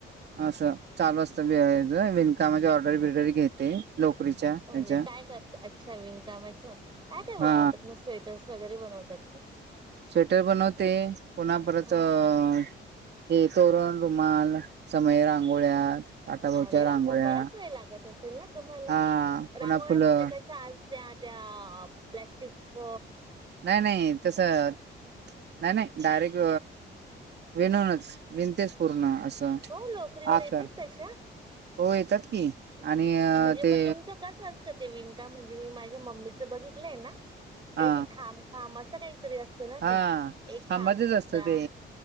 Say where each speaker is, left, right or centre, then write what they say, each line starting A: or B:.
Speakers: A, on the right; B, on the right.
A: असं चालू असतं विनकामाचे ऑर्डर बिडर घेते. लोकरीच्या ह्याच्या
B: म्हणजे काय करता. अच्छा विणकामाचं काय-काय
A: हा
B: बनवतात मग स्वेटर्.. वगैरे बनवतात का.
A: स्वेटर बनवते. पुन्हा परत
B: हा
A: अ... हे तोरण. रुमाल. समया. रांगोळ्या. ताटाभोवच्या
B: अरे वा.
A: रांगोळ्या
B: मग बराच वेळ लागत असेल ना तुम्हाला.
A: हा पुन्हा
B: रांगोळ्या
A: फुलं
B: म्हणजे कशा आज. त्या त्या प्लास्टिक...
A: नाही-नाही तस नाही-नाही डायरेक्ट.. विनूनच विनतेच पूर्ण असं.
B: हो लोकरीवर
A: आकार
B: येतात तशा.?
A: हो येतात की. आणि अ,
B: म्हणजे मग
A: ते
B: तुमचं कसं अस... आसत ते विणकाम. म्हणजे मी माझ्या मम्मीच बघितलंय ना. त्या
A: हा
B: खांब-खाब असं काही... तरी असत ना
A: हा
B: ते एक
A: खांबाचच
B: खांब घ्यायचा.
A: असतं ते